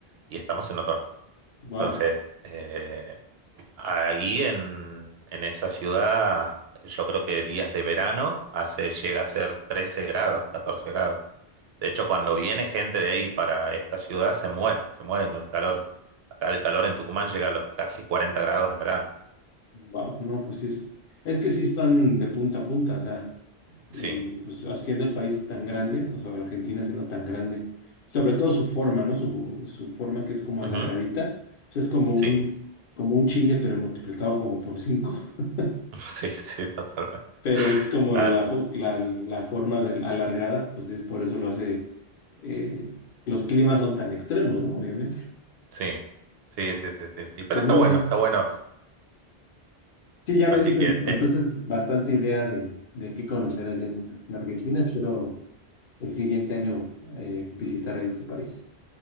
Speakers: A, on the right (about 70°); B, on the left (about 60°).
A: Y estamos en otoño.
B: wow,
A: Entonces, eh, Ahí en, en esa ciudad, yo creo que días de verano hace, llega a ser 13 grados, 14 grados. De hecho, cuando viene gente de ahí para esta ciudad, se mueren, se mueren con el calor. Acá el calor en Tucumán llega a los casi 40 grados en verano.
B: wow, no, pues sí, es, es que sí están de punta a punta, o sea. y
A: Sí,
B: pues haciendo el país tan grande, o sea, Argentina siendo tan grande, sobre todo su forma, ¿no? Su, su forma que es como alargadita,
A: ujú,
B: o sea, es como
A: Sí,
B: un, como un chile, pero multiplicado como por cinco, <laughs>
A: <laughs> sí, sí, totalmente.
B: pero es como
A: Ah,
B: la,
A: sí,
B: fo- la, la forma de- alargada, pues es por eso lo hace, eh, los climas son tan extremos, ¿no? Obviamente.
A: sí, sí, sí, sí, sí, sí. Pero
B: Pues
A: está
B: muy
A: bueno,
B: Claro. bien.
A: está bueno.
B: Sí, ya
A: Así
B: me diste
A: que
B: en-
A: te,
B: entonces bastante idea de, de qué conocer allá en en Argentina, espero el siguiente año eh, visitar ahí tu país.